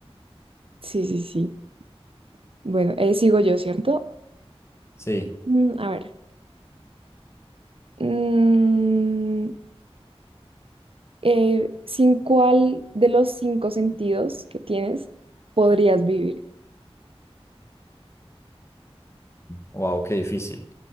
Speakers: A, on the right; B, on the left.
A: sí, sí, sí. Bueno, eh, sigo yo, ¿cierto?
B: Sí.
A: Mm, a ver. Mm, eh, ¿sin cuál de los cinco sentidos que tienes podrías vivir?
B: Wow, qué difícil.